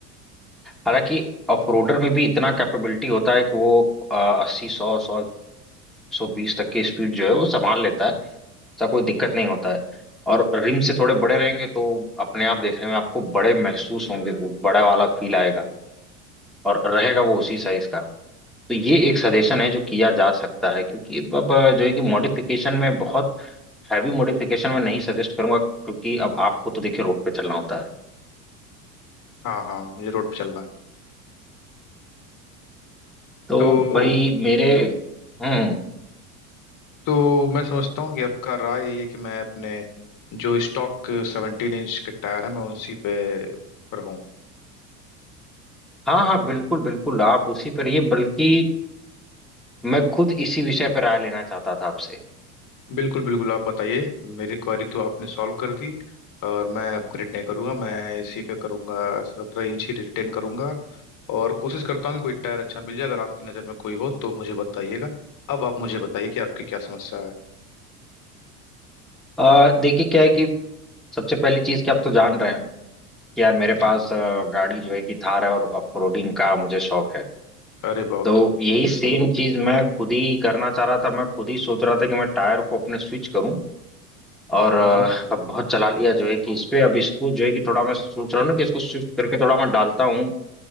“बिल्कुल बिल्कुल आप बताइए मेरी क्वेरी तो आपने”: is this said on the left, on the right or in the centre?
Left